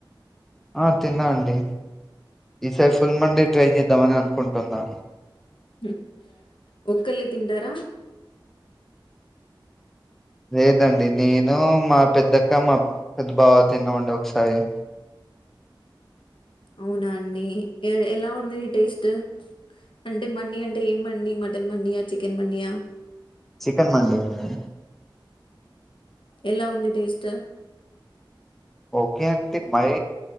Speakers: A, in the centre; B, on the left.
A: ఆ తిన్నా అండి ఈసారి ఫుల్ మండి ట్రై చేద్దామని అనుకుంటున్నా
B: హ్మ్ ఒక్కలి తింటారా
A: లేదండి నేను మా పెద్దక్క మా పెద్ద బావ తిన్నామండి ఒకసారి
B: అవునా అండి ఎ ఎలా ఉంది టేస్టు అంటే మండి అంటే ఏం మండి మటన్ మండియా చికెన్ మండియా
A: చికెన్ మండి అండి
B: ఎలా ఉంది టెస్టు
A: ఓకే అంటే మై